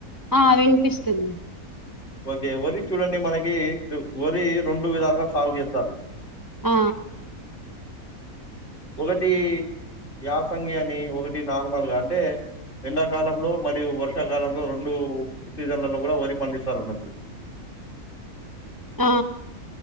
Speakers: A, on the right; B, on the left.
A: ఆ వినిపిస్తుంది
B: ఓకే వరి చూడండి మనకి వరి రెండు విధాలుగా సాగు చేస్తారు
A: ఆ
B: ఒకటి యాసంగి అని ఒకటి నార్మల్ గాన్ అంటే ఎండాకాలంలో మరియు వర్షాకాలంలో రెండు సీజన్లలో పండిత్ సార్ అనధు
A: మ్